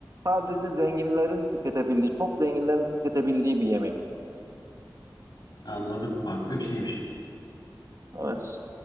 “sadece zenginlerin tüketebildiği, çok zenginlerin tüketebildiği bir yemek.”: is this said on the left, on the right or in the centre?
Right